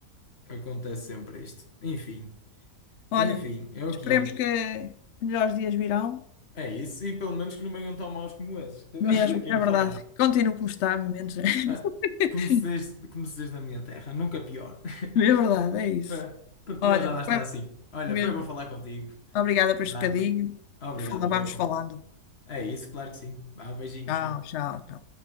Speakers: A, on the left (about 40°); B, on the left (about 80°).
A: acontece sempre isto. Enfim,
B: Olha,
A: enfim, é o
B: esperemos
A: que é.
B: que melhores dias virão.
A: É isso, e pelo menos que não venham tão maus como esses que tivemos
B: Mesmo,
A: aqui a
B: é verdade.
A: falar.
B: Continuo como está, menos. <laughs>
A: Olha, como se diz, como se diz na minha terra, nunca pior.
B: É
A: <laughs>
B: verdade, é isso.
A: Para
B: Olha,
A: pior já basta
B: foi
A: assim. Olha,
B: mesmo.
A: foi bom falar contigo.
B: Obrigada por
A: Vá.
B: este bocadinho.
A: Obrigado,
B: Fala- Vamos
A: eu.
B: falando.
A: É isso, claro que sim. Vá, beijinho,
B: Tchau,
A: tchau.
B: tchau, tchau.